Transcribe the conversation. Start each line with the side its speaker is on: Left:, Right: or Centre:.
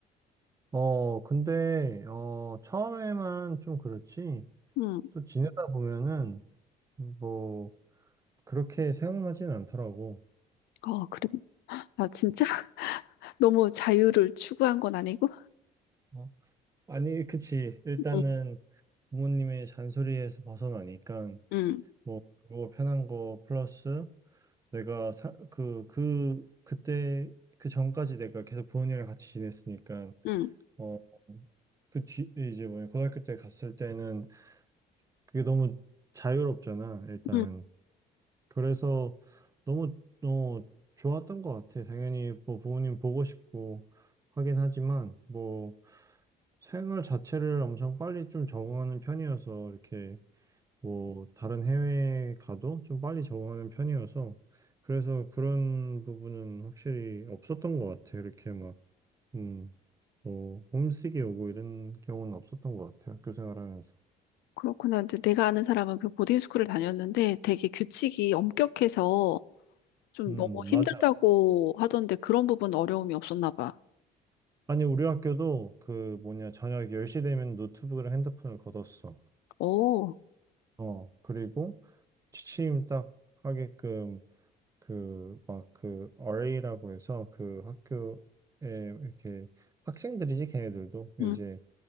Right: 어, 근데, 어, 처음에만 좀 그렇지,
Left: 음,
Right: 또 지내다 보면은, 뭐 그렇게 생각나진 않더라고.
Left: 아, 그래. 아, 진짜? <laughs> 너무 자유를 추구한 건 아니고?
Right: 어, 아니, 그치. 일단은
Left: 응,
Right: 부모님의 잔소리에서 벗어나니까
Left: 응,
Right: 뭐 그거 편한 거 플러스 내가 사, 그, 그, 그때 그 전까지 내가 계속 부모님이랑 같이 지냈으니까
Left: 응,
Right: 어, 그 뒤, 이제 뭐냐, 고등학교 때 갔을 때는 그게 너무 자유롭잖아. 일단
Left: 응.
Right: 그래서 너무 어, 좋았던 것 같아. 당연히 뭐 부모님 보고 싶고 하긴 하지만 뭐 생활 자체를 엄청 빨리 좀 적응하는 편이어서 이렇게 뭐 다른 해외에 가도 좀 빨리 적응하는 편이어서 그래서 그런 부분은 확실히 없었던 것 같아. 이렇게 막 음, 뭐 홈식이 오고 이런 경우는 없었던 것 같아. 학교 생활하면서.
Left: 그렇구나. 이제 내가 아는 사람은 그 보딩스쿨을 다녔는데 되게 규칙이 엄격해서 좀
Right: 음,
Left: 너무 힘들다고
Right: 맞아.
Left: 하던데 그런 부분 어려움이 없었나 봐.
Right: 아니, 우리 학교도 그 뭐냐, 저녁 10시 되면 노트북이랑 핸드폰을 걷었어.
Left: 오,
Right: 어, 그리고 취침 딱 하게끔 그 막 그 RA라고 해서 그 학교에 이렇게 학생들이지, 걔네들도
Left: 응,
Right: 이제